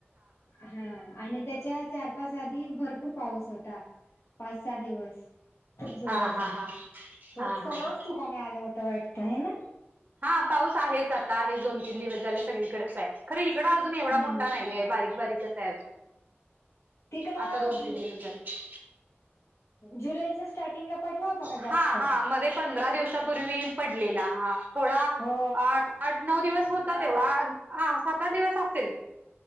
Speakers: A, on the left; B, on the right.
A: हा आणि त्याच्यात चार पाच आधी भरपूर पाऊस होता, पाच सहा दिवस. त जोरात
B: हा हा हा
A: झाला.
B: हा
A: तो
B: हा
A: सर्वच
B: हा
A: ठिकाणी आला होता वाटत हाय ना.
B: हा पाऊस आहेच आता आहे, दोन तीन दिवस झाले सगळीकडेच आहे. खरं इकडं आजून एवढा
A: हम्म
B: मोठा नाही हाय, बारीक बारीकच आहे अजून.
A: तिकड अ
B: आता दोन तीन दिवस झाले
A: जुलैच्या स्टार्टिंगला पडला होता
B: हा
A: का जास्त
B: हा, मध्ये पंधरा दिवसापूर्वी पडलेला हा. थोडा
A: हो
B: आ आठ नऊ दिवस होता तेव्हा, हा सात आठ दिवस असेल